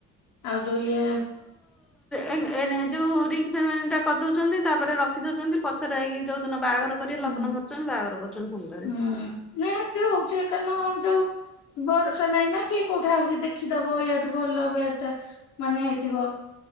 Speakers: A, on the left (about 75°); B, in the centre.
A: ଆଉ ଯୋଉ ଇଏ
B: ଏନେ ଏନେ ଯୋଉ ରିଙ୍ଗ ସେରିମନି ଟା କରିଦଉଚନ୍ତି ତାପରେ ରଖିଦଉଚନ୍ତି ପଛରେ ହେଇକି ଯୋଉ ଦିନ ବାହାଘର କରି
A: ହୁଁ
B: ଲଗ୍ନ ଧରୁଚନ୍ତି ବାଘର କରୁଚନ୍ତି ଫୁଣି ଥରେ।
A: ହୁଁ ନାଇଁ ଏମତି ରେ ହଉଚି କାରଣ ଯୋଉ ଭରସା ନାଇଁ ନା କିଏ କୋଉଠି ଆହୁରି ଦେଖିଦବ ଇଆଠୁ ଭଲ <unintelligible> ମାନେ ହେଇଥିବ।